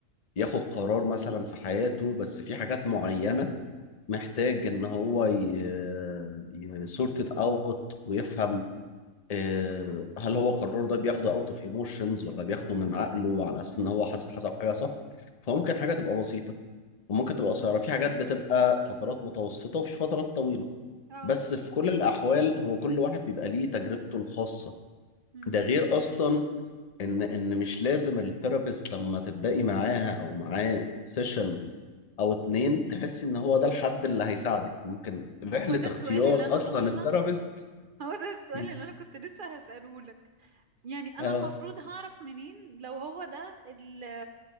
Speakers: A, on the left; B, on the right.
A: ياخد قرار مثلا في حياته بس في حاجات معينة محتاج ان هو ي... سورت اوت ويفهم آه، هل هو قراره ده بياخده اوت اوف ايموشنز ولا بياخده من عقله على اساس
B: مم.
A: ان هو حسب حسب حاجه صح فممكن حاجه تبقى بسيطه وممكن تبقى قصيره في حاجات بتبقى فترات متوسطه وفي فترات طويله
B: اه
A: بس في كل الاحوال هو كل واحد بيبقى ليه تجربته الخاصه
B: مم.
A: ده غير اصلا ان ان مش لازم الثيرابيست لما تبداي معاها او معاه سيشن او اتنين تحس ان هو ده الحد اللي هيساعدك ممكن رحلة
B: هو ده
A: اختيار
B: السؤال اللي أنا
A: اصلا
B: أصلا
A: الثيرابيست
B: هو ده السؤال
A: مم.
B: اللي أنا كنت لسه هسأله لك يعني أنا
A: اه
B: المفروض هعرف منين لو هو ده ال